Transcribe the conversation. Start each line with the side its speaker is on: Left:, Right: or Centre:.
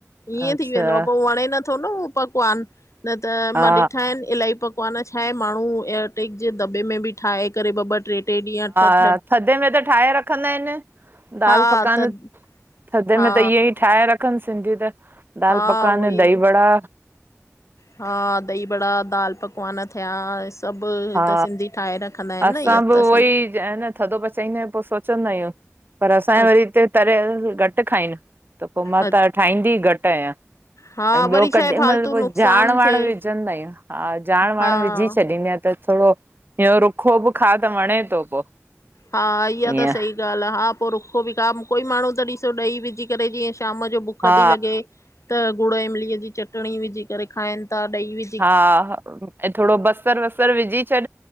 Left: ईअं
Right: अच्छा
Left: थी वेंदो आ पो वणे नथो न ऊअ पकवान। न त
Right: हा
Left: मां ॾिठा आहिन इलाही पक। पकवान छा आहे माण्हू एयरटेक जे दॿे में बि ठाहे करे ॿ ॿ त्रें त्रें ॾींहं ठ।
Right: ह थड्डे में त ठाहे रखंदा आहिन दाल
Left: हा
Right: पकवान।
Left: त
Right: थड्डे
Left: हा
Right: में त इअं ई ठाहे रखन सिंधी त दाल
Left: हा
Right: पकवान
Left: उहोई
Right: दही वड़ा।
Left: हा दही बड़ा दाल पकवान थयांस्। सब
Right: हा
Left: त सिंधी ठाहे रखंदा आहिन
Right: असां
Left: न इहा
Right: बि उहो
Left: त सही।
Right: ई न इंअ थड्डो पचाईंदायूं पो सोचंदायूं पर असां
Left: अ
Right: वरी हिते तरियल घट खाइन। त पो मां
Left: अ
Right: त ठाहींदी घट् आयां।
Left: हा
Right: ऐं ॿियो
Left: वरी
Right: कॾहिं
Left: छा आहे फालतू
Right: मल पो
Left: नुक़सान
Right: जाण वाण
Left: थिए
Right: विझंदायूं हा जाण वाण
Left: हा
Right: विझी छॾींदीयां। त थोरो इहो रुखो बि खा त वणे थो पो।
Left: हा इहा
Right: ईअं
Left: त सही। ॻाल्ह हा पो रुखो बि खा कोई माण्हू त ॾिसो ॾही विझी करे जीअं शाम जो बुख
Right: हा
Left: थी लॻे। त गुड़ इमलीअ जी चटणी विझी करे खाइन ता डही वि।
Right: हा हा ऐ थोरो बसर वसर विझी छॾ